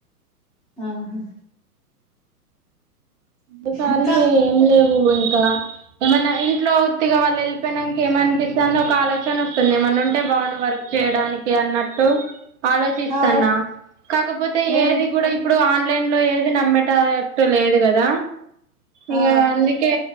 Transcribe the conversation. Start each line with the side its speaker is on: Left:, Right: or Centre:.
Centre: ఆహా
Right: ద కారియ
Centre: ఇంకా
Right: ఎం లెవ్ ఇంకా ఏమన్నా ఇంట్లో ఉత్తిగా వాళ్ళు వెళ్ళిపోయిక ఏమనిపిస్తుో ఒక ఆలో వస్తుంది మన ఉంటే బ వర్క్ చేయడానికి అన్నట్టు ఆలోచిస్తాన్నా
Centre: ఆ
Right: కాకపోతే
Centre: ఏన్
Right: ఏది కూడా ఇప్పుడు ఆ ఆన్లైన్ లో ఏది నమ్మేటటు లేదు కదా ఇకా
Centre: ఆ
Right: అందుకే